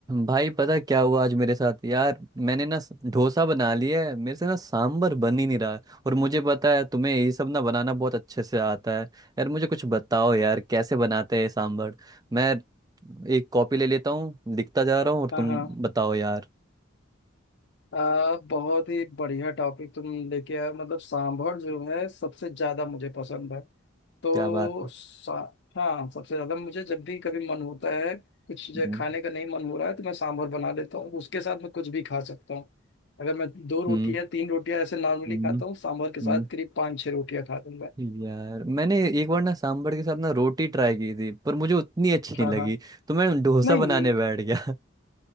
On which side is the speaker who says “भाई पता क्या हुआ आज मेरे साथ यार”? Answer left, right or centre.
Right